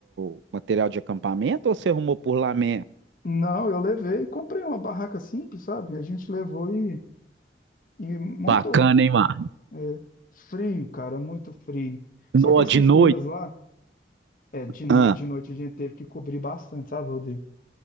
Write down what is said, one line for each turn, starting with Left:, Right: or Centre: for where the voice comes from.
Right: o, o material de acampamento ou você arrumou por lá mesmo?
Left: Não, eu levei, comprei uma barraca simples, sabe? A gente levou e, e montou.
Right: Bacana, hein, Mar?
Left: É, frio, cara, muito frio.
Right: No,
Left: Só que as
Right: de
Left: cachoeiras
Right: noite.
Left: lá, é, de, no,
Right: Ah,
Left: de noite a gente teve que cobrir bastante, sabe, Rodrigo?